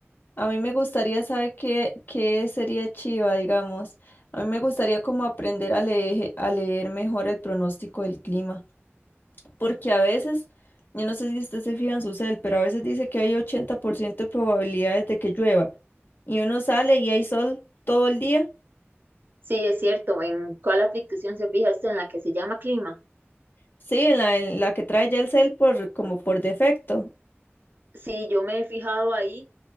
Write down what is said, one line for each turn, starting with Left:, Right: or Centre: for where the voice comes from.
Left: A mí me gustaría saber qué, qué sería chiva, digamos. A mí me gustaría como aprender a leer, a leer mejor el pronóstico del clima. Porque a veces, yo no sé si usted se fija en su cel, pero a veces dice que hay 80% de probabilidades de que llueva. Y uno sale y hay sol todo el día.
Right: Sí, es cierto. ¿En cuál aplicación se fija usted? ¿En la que se llama Clima?
Left: Sí, en la, en la que trae ya el cel por, como por defecto.
Right: Sí, yo me he fijado ahí